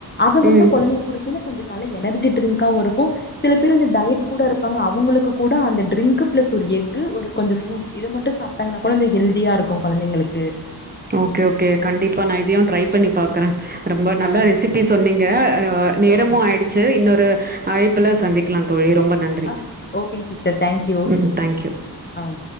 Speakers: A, on the left; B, on the right.
A: அத வந்து
B: ம்
A: கொழந்தைக்கு குடுதீனா கொஞ்ச கால எனர்ஜி ட்ரிங்காவு இருக்கு சில பேர் இந்த டயட் கூட இருப்பாங்க அவ் அவங்களுக்கு கூட அந்த ட்ரிங் க் பிளஸ் ஒரு எஃகு ஒரு கொஞ்ச புரூட்ஸ் இத மட்டும் சாப்டாங்னா கொழந்த ஹெல்தியா இருக்கு கொழந்தைங்களுக்கு
B: ஓகே ஓகே கண்டிப்பா நா இதயு ட்ரை பண்ணி பாக்குறே ரொம்ப நல்ல
A: ஆ
B: ரெசிபி சொன்னீங்க அ நேரமு
A: ஓகே
B: ஆயிடுச்சு இன்னொரு அழைப்பில சந்திக்கலா தோழி ரொம்ப நன்றி
A: அஹ் ஓகேங்க சிஸ்டர் தேங்க்யூ
B: ம் தேங்க்யூ
A: ஆஹ்.